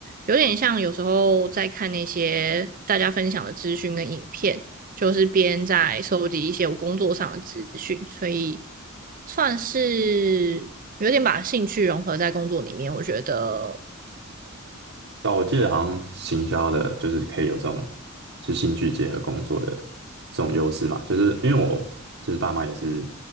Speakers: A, on the right; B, on the right.
A: 有点像有时候在看那些大家分享的资讯跟影片，就是边在收集一些我工作上的资讯，所以算是有点把兴趣融合在工作里面，我觉得。
B: 但我记得好像行销的，就是可以有这种是兴趣结合工作的这种优势嘛，就是因为我就是爸妈也是